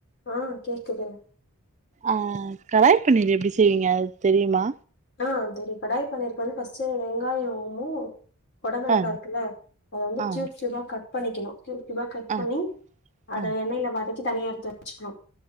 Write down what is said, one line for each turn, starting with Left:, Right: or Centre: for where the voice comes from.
Left: ஆஹ் கேக்குதுங்க
Right: ஆஹ் கடாய பன்னீர் எப்டி செய்வீங்க அ தெரியுமா
Left: ஆஹ் தெரியும் கடாய் பன்னீர்க்கு வந்து பர்ஸ்ட் வெங்காயம் ஓம கொட மிளகா
Right: ஆ
Left: இருக்குல்ல அத வந்து
Right: ஆ
Left: சியூப் சியூபா கட் பண்ணிக்கணும் கியூபு கியூபா கட்
Right: ஆ
Left: பண்ணி அத
Right: ஆ
Left: எண்ணயல வதக்கி தனிய எடுத்து வச்சுக்கணும்